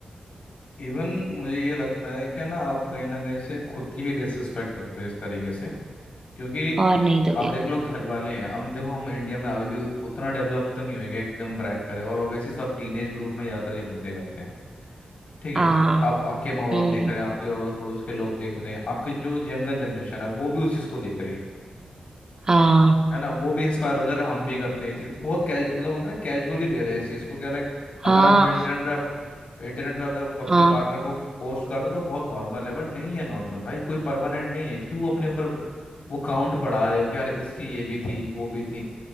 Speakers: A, on the left; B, on the right.
A: इवन मुझे ये लगता है क्या ना आप कहीं ना कहीं से खुद की ही डिसरिस्पेक्ट करते हो इस तरीके से क्योंकि
B: और नहीं तो
A: आप
B: क्या
A: देख लो घर वाले हैं अब देखो हम इंडिया में अभी भी उतना डेवलप तो नहीं हुए कि एकदम ब्रैक करे और ऑब्वियसली सब टीनेज ग्रुप में ज़्यादातर ये बंदे करते हैं ठीक है
B: हाँ
A: आप आपके माँ बाप
B: हम्म
A: देख रहे हैं आपके अड़ोस पड़ोस के लोग देख रहे हैं आपके जो यंगर जनरेशन है वो भी उस चीज़ को देख रही है
B: हाँ
A: है ना वो भी इंस्पायर हो गया अरे हम भी करते हैं ये चीज बहुत कैजु मतलब बोलते हैं कैजुअली ले रहे हैं इस चीज को क्या लाइक
B: हाँ
A: अगर हम इंटरनेट पे इंटरनेट पे अगर अपने
B: हाँ
A: पार्टनर को पोस्ट करो तो बहुत नॉर्मल है बट नहीं है नॉर्मल भाई कोई परमानेंट नहीं है क्यों अपने ऊपर वो काउंट बढ़ा रहे हो कि यार इसकी ये भी थी वो भी थी